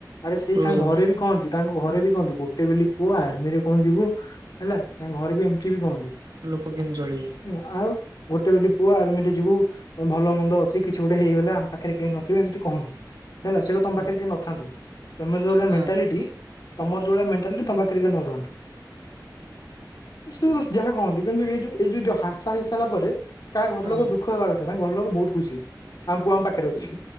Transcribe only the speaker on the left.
ଆରେ ସେ
ତାଙ୍କ ଘରେ ବି କହନ୍ତି ତାଙ୍କ ଘରେ ବି କହନ୍ତି ଗୋଟେ ବୋଲି ପୁଅ ଆର୍ମିରେ କଣ ଯିବୁ ହେଲା ତାଙ୍କ ଘରେ ବି ଏମିତି ବି କୁହନ୍ତି।
ମୁଁ ଆଉ ଗୋଟେ ବଲି ପୁଅ ଆର୍ମିରେ ଯିବୁ ଭଲ ମନ୍ଦ ଅଛି କିଛି ଗୋଟେ ହେଇଗଲା ଆମ ପାଖରେ କେହି ନଥିବେ ଏମିତି କହନ୍ତି। ହେଲା ସେ କହେ ତମ
ପାଖରେ କେ ନଥାନ୍ତୁ ତମେ ଯୋଉ ଭଳିଆ
ମେଣ୍ଟାଲିଟି ତମର ଯଉଭଳିଆ ମେଣ୍ଟାଲିଟି ତମ ପାଖେରେ କେହି ନ ରୁହନ୍ତୁ।
ଶଣୁ ଯାହା କହନ୍ତି କିନ୍ତୁ ଏଇ ଯୋଉ ଏଇ ଯ- ଯଦି ହାଦସା ହେଇସାରିଲା ପରେ କାହା ଘରଲୋକ
ଲୋକ ଦୁଃଖ ହେବା କଥା ତ ତାଙ୍କ ଘର ଲୋକ ବହୁତ ଖୁସି ଆମ ପୁଅ ଆମ ପାଖରେ ଅଛି